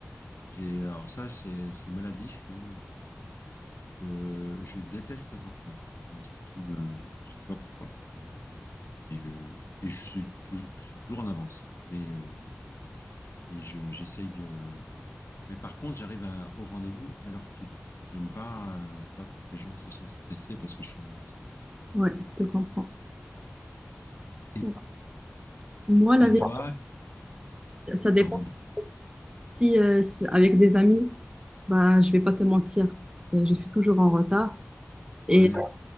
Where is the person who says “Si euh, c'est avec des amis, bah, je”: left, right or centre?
Right